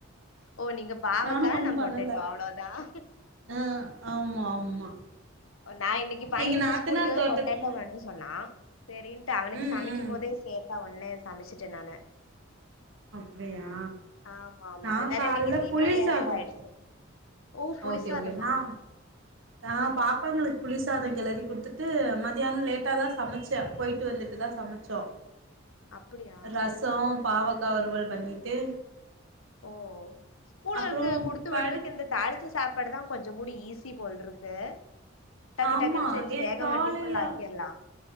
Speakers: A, on the left (about 80°); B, on the right (about 70°).
A: ஓ நீங்க பாவக்கா
B: நானு ஒன்னு
A: நான் பொட்டேட்டோ
B: பண்ணல
A: அவ்ளோ தான்
B: ஆ ஆமா ஆமா
A: நான் இன்னைக்கு பையனுக்கு
B: எங்க நாத்தனார்
A: ஸ்கூலுக்கு
B: தோட்டத்துல
A: பொட்டேடோ வேணும் சொன்னா செரின்னுட்டு அவனுக்கு
B: ம்
A: சமைக்கும்
B: ம்
A: போதே சேர்த்தா ஒன்னே சமைச்சுட்டேன் நானு
B: அப்டியா
A: ஆமா ஆமா
B: நான்
A: அதனால
B: காலைல
A: இன்னைக்கு சீக்கிரோ
B: புலி
A: வேலையெல்லா
B: சாதம்
A: ஆயிடுச்சு ஓ புளிசாதமா
B: ஓகே ஓகே ந நா பாப்பாங்களுக்கு புளிசாதம் கெளறி கொடுத்துட்டு மதியானம் லேட்டா தான் சமைச்சேன் போயிட்டு வந்துட்டுதான் சமைச்சோம்
A: அப்படியா
B: ரசம்
A: ஓ ஓ
B: பாவக்காய் வறுவல் பண்ணிட்டு
A: ஓ ஸ்கூலுகளுக்கு
B: அப்றோ
A: குடுத்து
B: படு
A: விடுறதுக்கு இந்த தாளிச்ச சாப்பா பாடு தான் கொஞ்ச கூட ஈஸி போல இருக்கு டக்கு
B: ஆமா
A: டக்குன்னு செஞ்சு
B: ஏ
A: வேகமா
B: காலைல
A: டிபன்ல ஆக்கிடலாம்